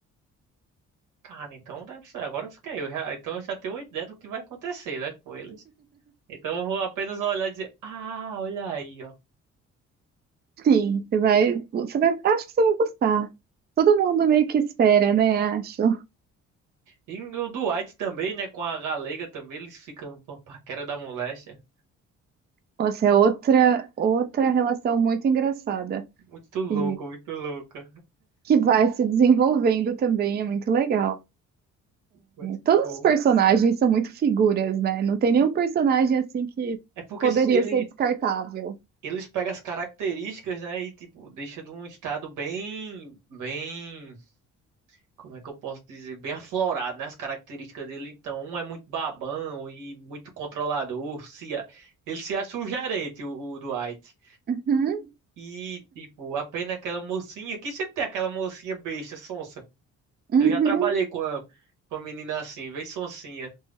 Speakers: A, on the right (about 85°); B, on the right (about 35°).
A: Cara, então deve ser. Agora eu fiquei. Eu já- então eu já tenho uma ideia do que vai acontecer, né, com eles. Então eu vou apenas olhar e dizer, ah, olha aí, ó.
B: Sim, você vai, você vai, acho que você vai gostar. Todo mundo meio que espera, né? Acho.
A: E o Dwight também, né, com a galega também, eles ficam uma paquera da moléstia.
B: Nossa, é outra, outra relação muito engraçada
A: Muito louco,
B: e
A: muito louco.
B: que vai se desenvolvendo também, é muito legal.
A: Mas que
B: Todos
A: bom.
B: os personagens são muito figuras, né? Não tem nenhum personagem assim que
A: É porque
B: poderia
A: s- ele,
B: ser descartável.
A: eles pegam as características, né, e tipo, deixa de um estado bem, bem como é que eu posso dizer? Bem aflorado, né? As características dele. Então, um é muito babão e muito controlador. Se a- Ele se acha o gerente, o, o Dwight.
B: Uhum,
A: E, tipo, apenas aquela mocinha. Que sempre tem aquela mocinha besta, sonsa.
B: uhum,
A: Eu já trabalhei com a, com a menina assim, bem sonsinha.